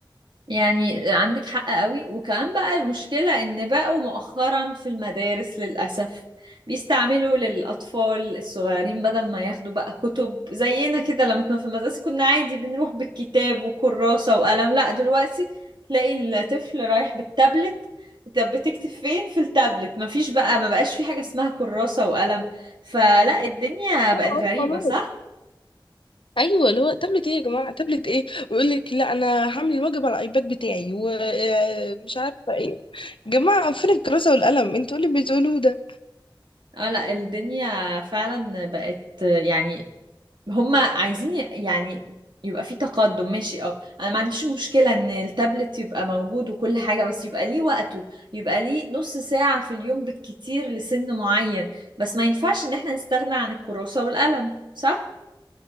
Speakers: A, on the right (about 60°); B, on the left (about 75°).
A: يعني عندك حق قوي وكمان بقى المشكلة ان بقوا مؤخرا في المدارس للأسف بيستعملوا للأطفال الصغيرين بدل ما ياخدوا بقى كتب زينا كده لما كنا في المدرسة كنا عادي بنروح بالكتاب وكراسة وقلم لا دلوقتي تلاقي الطفل رايح بالتابلت طب بتكتب فين في التابلت مفيش بقى ما بقاش في حاجة اسمها كراسة وقلم فلا الدنيا بقت
B: اه
A: غريبة
B: خلاص
A: صح؟
B: ايوه اللي هو تابلت ايه يا جماعه تابلت ايه ويقول لك لا انا هعمل الواجب على الايباد بتاعي ومش عارفه ايه جماعه فين الكراسه والقلم انتوا إيه اللي بتقولوه ده
A: اه لا الدنيا فعلا بقت يعني هما عايزين ي- يعني يبقى في تقدم ماشي اه انا ما عنديش مشكلة ان التابلت يبقى موجود وكل حاجة بس يبقى ليه وقته يبقى ليه نص ساعة في اليوم بالكتير لسن معين بس ما ينفعش ان احنا نستغنى عن الكراسة والقلم صح؟